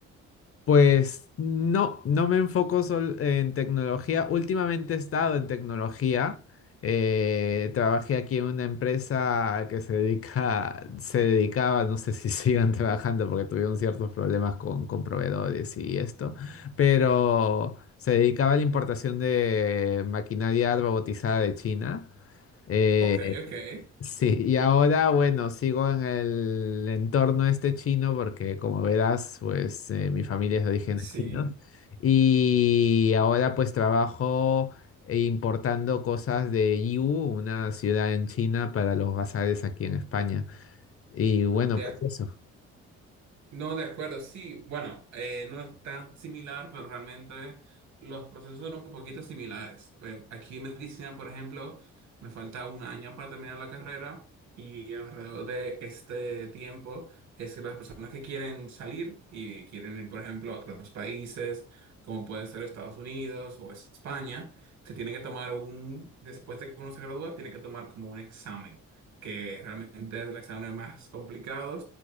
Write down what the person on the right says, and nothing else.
Ok, ok.
Sí,
de,
ac-
No, de acuerdo, sí, bueno, eh, no es tan similar, pero realmente los procesos son un poquito similares. Pues aquí en medicina, por ejemplo, me falta un año para terminar la carrera y alrededor de este tiempo es que las personas que quieren salir y quieren ir, por ejemplo, a otros países, como puede ser Estados Unidos o España, se tienen que tomar un, después de que uno se gradúa, tiene que tomar como un examen, que realmente es el examen más complicado